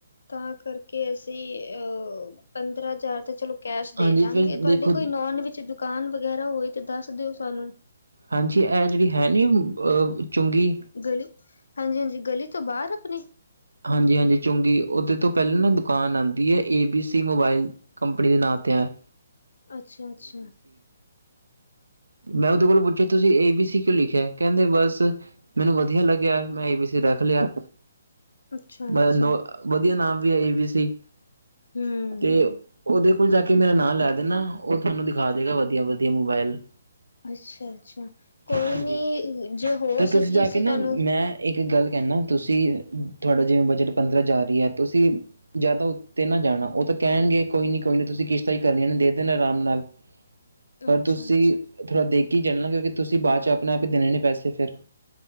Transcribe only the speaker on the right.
ਹਾਂਜੀ
ਫਿਰ
ਦੇਖੋ
ਹਾਂਜੀ ਇਹ ਜਿਹੜੀ ਹੈ ਨੀ ਅ ਚੁੰਗੀ
ਹਾਂਜੀ ਹਾਂਜੀ ਚੁੰਗੀ ਉਹਦੇ ਤੋਂ ਪਹਿਲਾਂ ਨਾ ਦੁਕਾਨ ਆਉਂਦੀ ਹੈ A B C mobile company ਦੇ ਨਾਂ 'ਤੇ ਹੈ
ਮੈਂ ਉਹਦੇ ਕੋਲੋਂ ਪੁੱਛਿਆ ਤੁਸੀਂ ਏ ਬੀ ਸੀ ਕਿਉਂ ਲਿਖਿਆ ਕਹਿੰਦੇ ਬੱਸ ਮੈਨੂੰ ਵਧੀਆ ਲੱਗਿਆ ਮੈਂ ਏ ਬੀ ਸੀ ਰੱਖ ਲਿਆ
ਮ ਨ ਵਧੀਆ ਨਾਮ ਵੀ ਇਹ ਵੀ ਸੀ
ਤੇ ਉਹਦੇ ਲ ਜਾ ਕੇ ਮੇਰਾ ਨਾਂ ਲੈ ਦੇਨਾ ਉਹ ਤੁਹਾਨੂੰ ਦਿਖਾ ਦੇਗਾ ਵਧੀਆ ਵਧੀਆ ਮੋਬਾਇਲ
ਹਾਂਜੀ।
ਤਾਂ ਤੁਸੀਂ
ਜਾ
ਕੇ ਨਾ
ਮੈਂ ਇੱਕ ਗੱਲ ਕਹਿੰਨਾ, ਤੁਸੀਂ ਤੁਹਾਡਾ ਜਿਵੇਂ ਬਜਟ ਪੰਦਰਾਂ ਹਜਾਰ ਹੀ ਹੈ ਤੁਸੀਂ ਜ਼ਿਆਦਾ ਉੱਤੇ ਨਾ ਜਾਣਾ ਉ ਤਾਂ ਕਹਿਣਗੇ ਕੋਈ ਨੀ-ਕੋਈ ਨੀ, ਤੁਸੀਂ ਕਿਸ਼ਤਾ ਹੀ ਕਰੀਆਂ ਨੇ ਦੇ ਦੇਣਾ ਆਰਾਮ ਨਾਲ।
ਪਰ
ਤੁਸੀਂ ਥੋੜ੍ਹਾ ਦੇਖ ਕੇ ਹੀ ਚਲਣਾ ਕਿਉਂਕਿ ਤੁਸੀਂ ਬਾਅਦ ਚ ਆਪਣੇ-ਆਪ ਹੀ ਦੇਣੇ ਨੇ ਪੈਸੇ ਫਿਰ